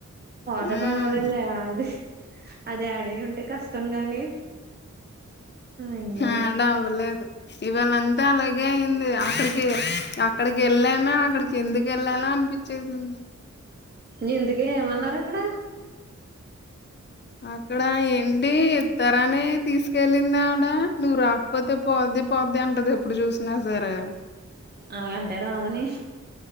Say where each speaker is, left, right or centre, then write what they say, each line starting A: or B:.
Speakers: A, on the left (about 35°); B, on the right (about 35°).
A: హ్మ్.
B: అంత పర్వాలేదు లే ఆది అది యాడయ్యుంటే కష్టం గాని అయ్యో
A: ఆడవ్వలేదు ఇవాళంతా అలాగే అయింది అస అక్కడికి ఎళ్ళాను అక్కడికి ఎందుకు ఎళ్ళాళా అనిపిచ్చేసింది
B: నింతకే ఏమన్నారు అక్కడ
A: అక్కడ ఏంటి తరానే తీసుకెళ్ళిన నువ్వు రాకపోతే పోద్ది పోద్ది అంటది ఎప్పుడు చూసినా సరే
B: అలగంటే రావని